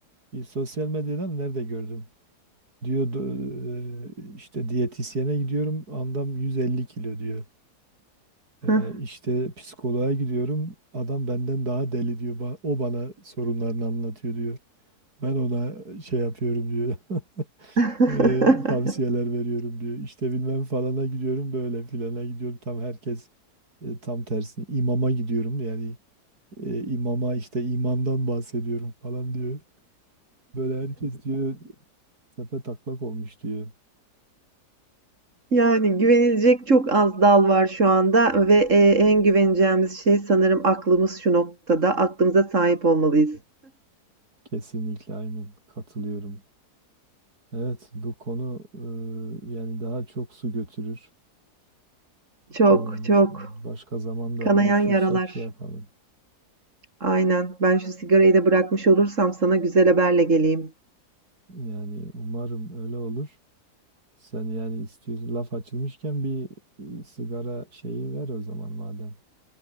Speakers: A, on the right; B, on the right.
A: bir sosyal medyada mı nerede gördüm? Diyor "Do- e, işte diyetisyene gidiyorum andam 150 kilo diyor. Ee,
B: Hah.
A: işte psikoloğa gidiyorum. Adam benden daha deli diyor. Ba- O bana sorunlarını anlatıyor diyor. Ben ona şey yapıyorum diyor. <laughs>
B: <laughs>
A: Ee, tavsiyeler veriyorum diyor. İşte bilmem falana gidiyorum böyle filana gidiyorum. Tam herkes e, tam tersini. İmama gidiyorum yani e, imama işte imandan bahsediyorum falan diyor. Böyle herkes diyor tepe taklak olmuş diyor.
B: Yani güvenilecek çok az dal var şu anda ve, eee, en güveneceğimiz şey sanırım aklımız şu noktada. Aklımıza sahip olmalıyız.
A: Kesinlikle aynen katılıyorum. Evet bu konu e, yani daha çok su götürür.
B: Çok,
A: Bu
B: çok.
A: başka zamanda
B: Kanayan
A: buluşursak
B: yaralar.
A: şey yapalım.
B: Aynen. Ben şu sigarayı da bırakmış olursam sana güzel haberle geleyim.
A: Yani umarım öyle olur. Sen yani istiyorsun laf açılmışken bir e, sigara şeyi ver o zaman madem.